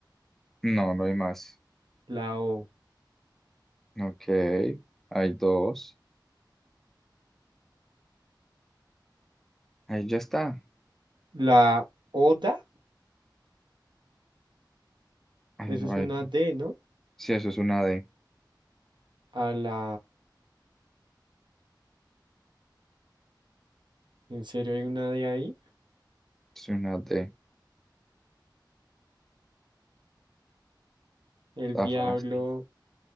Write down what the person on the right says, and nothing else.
La O,
la Oda,
eso es
una D, ¿no?
A la, ¿en serio hay una D ahí?
El
diablo,